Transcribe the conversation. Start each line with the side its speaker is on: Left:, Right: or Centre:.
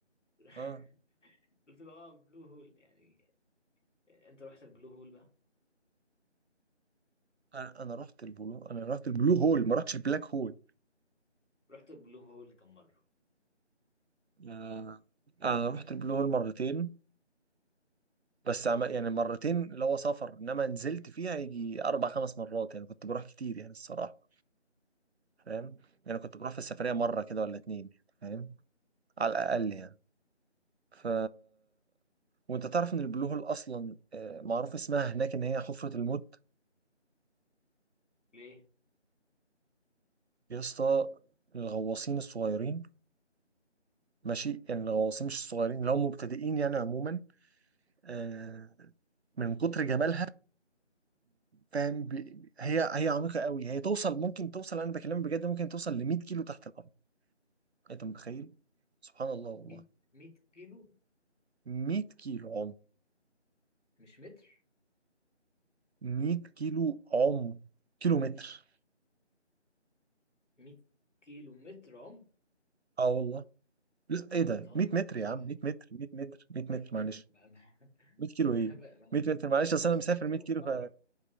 Left: <laughs>
Right: اه
Left: قلت له اه بلو هول يعني آه، أنت رحت البلو هول بقى
Right: انا أنا رحت البلو انا رحت البلو هول ما رحتش البلاك هول
Left: رحت البلو هول كم مرة
Right: آه. انا رحت البلو هول مرتين بس عم يعني مرتين اللي هو سفر انما نزلت فيها يجي اربع خمس مرات يعني كنت بروح كتير يعني الصراحه فاهم يعني كنت بروح في السفريه مره كده ولا اتنين فاهم على الاقل يعني ف وانت تعرف ان البلو هول اصلا آه، معروف اسمها هناك ان هي حفره الموت
Left: ليه؟
Right: يا اسطى الغواصين الصغيرين ماشي يعني الغواصين مش الصغيرين اللي هم مبتدئين يعني عموما آه، من كتر جمالها فاهم بي- هي هي عميقه قوي هي توصل ممكن توصل انا بكلمك بجد ممكن توصل ل 100 كيلو تحت الارض انت متخيل سبحان الله والله
Left: 100 100 كيلو
Right: 100 كيلو عمق
Left: مش متر
Right: 100 كيلو عمق كيلو متر
Left: 100 كيلو متر عمق
Right: اه والله لا ايه
Left: انت
Right: ده
Left: بتهزر
Right: 100 متر
Left: صح
Right: يا عم 100 متر 100 متر 100
Left: 100
Right: متر معلش
Left: متر ما ما
Right: 100 كيلو ايه
Left: ما, ما, أنا-
Right: 100 متر معلش
Left: ما
Right: اصل
Left: انا عشان
Right: انا مسافر
Left: كده
Right: 100
Left: مستغرب
Right: كيلو ف